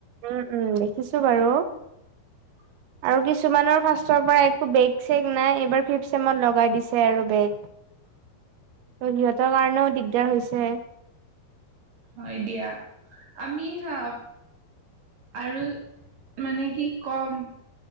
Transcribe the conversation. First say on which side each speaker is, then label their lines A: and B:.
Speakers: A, on the right; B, on the right.
A: উম উম, দেখিছো বাৰু।
B: হয়।
A: আৰু কিছুমানৰ ফাৰ্ষ্টৰ পৰা একো বেগ চেগ নাই এইবাৰ ফিফ চেমত লগাই দিছে আৰু বেগ।
B: <inaudible>
A: ত' সিহঁতৰ কাৰণেও দিগদাৰ হৈছে।
B: হয় দিয়া। আমি হা- আৰু মানে কি কম।